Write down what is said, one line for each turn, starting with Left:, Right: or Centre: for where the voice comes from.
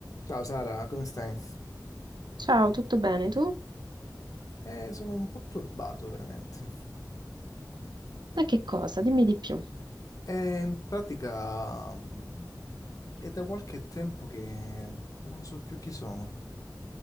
Left: Ciao Sara, come stai?
Right: Ciao, tutto bene tu?
Left: Eh, sono un po' turbato veramente.
Right: Da che cosa? Dimmi di più.
Left: Eh, in pratica mh, è da qualche tempo che non so più chi sono.